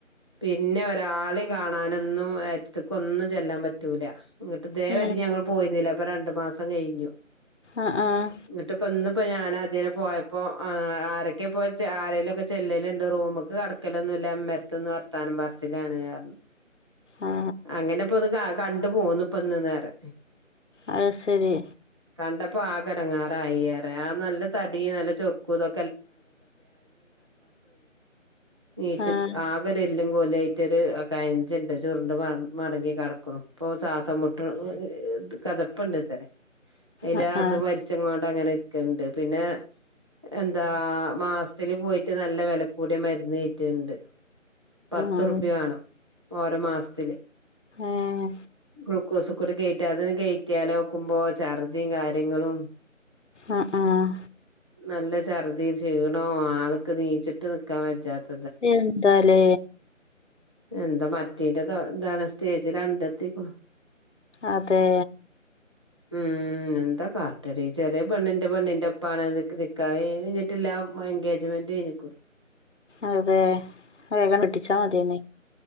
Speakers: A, on the right; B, on the left.
A: പിന്നെ ഒരാളെയും കാണാനൊന്നും അട്ത്തെക്കൊന്നും ചെല്ലാൻ പറ്റൂല ഇങ്ങിട്ട് ദേവരി
B: ആ
A: ഞങ്ങള് പോയിരുന്നില്ല അപ്പൊ രണ്ടു മാസം കഴിഞ്ഞു
B: ആഹ് ആഹ്
A: ഇട്ടിപ്പ ഇന്നിപ്പ ഞാൻ അതിനെ പോയപ്പോ ഏഹ് ആരൊക്കെ പോയ ആരേലൊക്കെ ചെല്ലലുണ്ട് റൂമൊക്ക് കടക്കലൊന്നും ഇല്ല മ്മറത്തൊന്ന് വർത്താനം പറിച്ചിലാണ് പറഞ്ഞു
B: ആ
A: അങ്ങനെ ഇപ്പൊ ഒന്ന് ക കണ്ടു പോന്നു ഇപ്പൊ ഒന്ന് നേരെ
B: അത് ശരി
A: കണ്ടപ്പ ആകെടങേറ റായി പറെ ആ നല്ല തടി നല്ല ചൊറുക്കു ഇതൊ നീച്ച്
B: ആ
A: ആകൊരെല്ലും പോലായിട്ടൊരു ഏഹ് കഞ്ചിണ്ട് ചുറിണ്ട് മട് മടങ്ങി കിടക്കണു ഇപ്പ ശ്വാസം മുട്ട് കതപ്പുണ്ട് ഇത്ത അയ്ല
B: ആഹ് ആഹ്
A: അത് വലിച്ചങ്ങോണ്ട് അങ്ങനെ ഇക്കണ്ട് പിന്ന എന്താ മാസത്തില് പോയിട്ട് നല്ല വിലകൂടിയ മരുന്ന് കീറ്റണ്ണ്ട് പത്ത്റുപ്യ
B: ആഹ്
A: വേണം ഓരോ മാസത്തില്
B: ഏഹ്
A: ഗ്ലൂക്കോസ് കൂടെ കയറ്റ അതിന് കയറ്റിയാല വെക്കുമ്പോ ഛർദിയും കാര്യങ്ങളും
B: ആഹ് ആഹ്
A: നല്ല ഛർദി ക്ഷീണോ ആൾക്ക് നീച്ചിട്ട് നിക്കാൻ പച്ചാത്ത
B: എന്താലേ
A: എന്താ മറ്റീന്റെ ഇതാ ഇന്താണ് സ്റ്റേജിൽ കണ്ടെത്തിക്കണു
B: അതെ
A: ഉം എന്താ കാറ ട്ടടി ചെറിയ പണ്ണിന്റെ പെണ്ണിന്റെ ഒപ്പാണ് നിക്ക് നിക്കാഹ് കഴഞ്ഞിട്ടില്ല എൻഗേജ്മെന്റ് കഴിഞ്ഞിക്കൊളും
B: അതെ വേഗം കിട്ടിച്ചാ മതിന്നെ